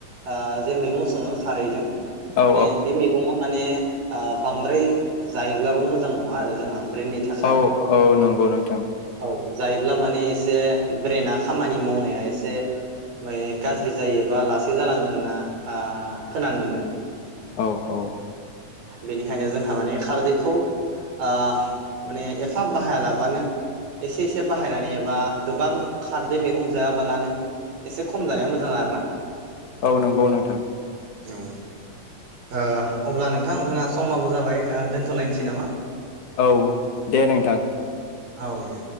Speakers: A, on the right; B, on the left.
A: आ जे मैगं सङो खारैजों
B: औ
A: माने बि मैगंया माने ओ बांद्राय जायोब्लाबो मोजां नङा आरो जोंहा ब्रेननि थाखाय
B: औ औ नोंगौ नोंथां
A: ओ औ जायोब्ला माने एसे ब्रेना खामानि माव नाया एसे माने गाज्रि जायो बा लासै जालाङो होनना आ खोनानो मोनो
B: औ औ
A: बेनिखायनो जोंहा माने खारदैखौ ओ माने एफाब बाहायालाबानो एसे एसे बाहायनानै एबा गोबां खारदै मैगं जायाबालानो एसे खम जानाया मोजां आरोना
B: औ नोंगौ नोंथां
A: ओ ओ अब्ला नोंथां जोंहा समाबो जाबाय ओ दोन्थ लायनोसै नामा
B: औ दे नोंथां
A: औ दे